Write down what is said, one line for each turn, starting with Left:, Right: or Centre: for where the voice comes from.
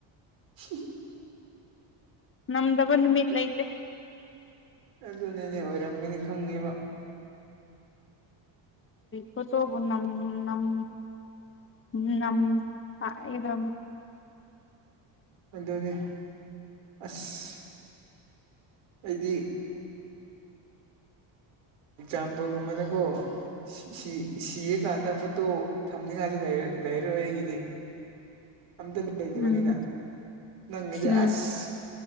Right: <unintelligible>
Left: ꯅꯝꯗꯥꯕ ꯅꯨꯃꯤꯠ ꯂꯩꯇꯦ
Right: ꯑꯗꯨꯅꯦꯅꯦ ꯑꯣꯏꯔꯝꯒꯅꯤ ꯈꯪꯉꯦꯕ
Left: ꯀꯊꯣꯕꯨ ꯅ ꯅꯝ ꯅ꯭ꯔ
Right: ꯑꯗꯨꯅꯦ ꯑꯁ ꯑꯩꯗꯤ ꯑꯦꯛꯖꯥꯝꯄꯜꯒꯨꯝꯕꯅꯦꯀꯣ ꯁꯤ ꯁꯤꯌꯦ ꯀꯥꯟꯗ ꯐꯣꯇꯣ ꯊꯝꯅꯤꯉꯥꯏꯁꯨ ꯂꯩꯔꯔꯣꯏ ꯑꯩꯒꯤꯗꯤ ꯑꯝꯇ ꯂꯩꯗꯕꯅꯤꯅ
Left: ꯎꯝ
Right: ꯅꯪꯒꯤꯗꯤ
Left: ꯎꯝ
Right: ꯑꯁ